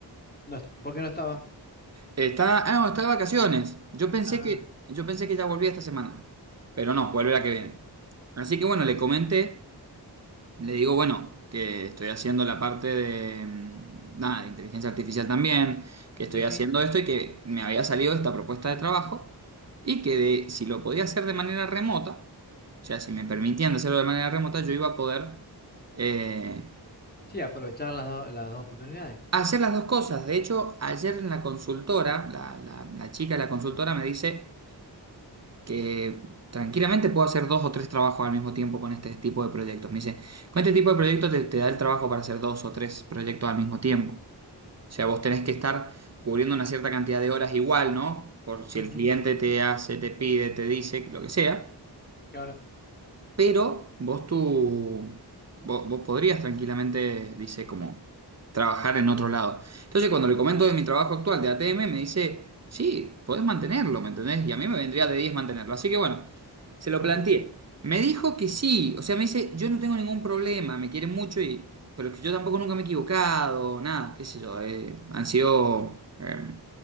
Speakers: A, on the left; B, on the right.
A: No, est- ¿por qué no estaba?
B: Está, ah, no, está de vacaciones. Yo pensé
A: Ah,
B: que, yo pensé que ya volvía esta semana, pero no, vuelve
A: ujú.
B: la que viene. Así que bueno, le comenté. Le digo, bueno, que estoy haciendo la parte de, mm, nada, de inteligencia artificial también, que estoy
A: sí, sí.
B: haciendo esto y que me había salido esta propuesta de trabajo y que de- si lo podía hacer de manera remota, o sea, si me permitían hacerlo de manera remota, yo iba a poder eh,
A: Sí, aprovechar las, do- las dos oportunidades.
B: hacer las dos cosas. De hecho, ayer en la consultora, la, la la chica de la consultora me dice... que tranquilamente puedo hacer dos o tres trabajos al mismo tiempo con este tipo de proyectos. Me dice, con este tipo de proyectos te, te da el trabajo para hacer dos o tres proyectos al mismo tiempo. O sea, vos tenés que estar cubriendo una cierta cantidad de horas igual, ¿no? Por si
A: Ujú,
B: el cliente te hace, te pide, te dice, lo que sea.
A: claro.
B: Pero vos tú, vos, vos podrías tranquilamente, dice, como trabajar en otro lado. Entonces, cuando le comento de mi trabajo actual de ATM, me dice, sí, podés mantenerlo, ¿me entendés? Y a mí me vendría de 10 mantenerlo. Así que bueno, se lo
A: Ujú,
B: planteé. Me dijo que sí, o sea, me dice, yo no tengo ningún problema, me quieren mucho, y, pero que yo tampoco nunca me he equivocado, nada, qué sé yo, eh, han sido, eh,